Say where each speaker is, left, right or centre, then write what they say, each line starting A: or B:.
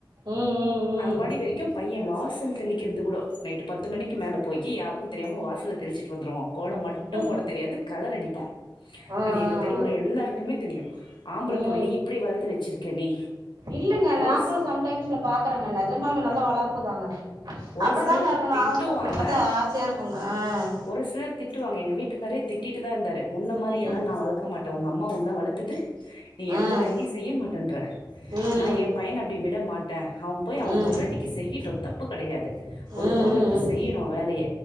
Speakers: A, on the right; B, on the left.
A: ம் ம் ம்
B: அதுக்கு முன்னாடி வரைக்கும் பையன் வாசல் தெளிக்கிறது கூட நைட்டு பத்து மணிக்கு மேல போயி யாருக்கும் தெரியாம வாசல்ல தெளிச்சிட் டு வந்துருவா கோலம் மட்டும்
A: ம்
B: போட தெரியாது கலர் அடிப்பான்
A: ஆ
B: அது எங்க
A: ஆ
B: தெருவுல
A: ஆ
B: எல்லாருக்குமே தெளியு ஆம்பள
A: ம்
B: புள்ளய இப்டி வளத்து வச்சிருக்க நீ
A: இல்லங்க
B: ஒரு
A: நா
B: ஸ்-
A: கூட சம்டைம்ஸ்ல பாக்கறங்க நெஜமாவே நல்ல வளர்புதாங்க
B: ஒரு
A: அப்டிதாங்க
B: சிலர்
A: இருக்கணும்
B: திட்டுவாங்க
A: ஆம்பள பசங்கல பாத்தா ஆசைய இருக்குங்க ஆ
B: ஒரு சிலர் திட்டுவாங்க எங்க வீட்டுக் காரே திட்டிட்டு தா இருந்தாரு உன்ன மாரியெல்லாம்
A: ம்
B: நா வளக்க மாட்டன் உங்க அம்மா ஒன்ன வளத்தது நீ எந்த
A: ஆ
B: வேலையும் செய்ய மாட்டேன்ற
A: ம்
B: நான் என் பையன அப்டி விட மாட் டன் அவன் போயி அவன்
A: ம்
B: பொண்டாட்டிக்கு செய்யிட்டும் தப்பு கெடையாது ஒரு
A: ம்
B: பொண்ணுக்கு
A: ம்
B: செய்யணும் வேலைய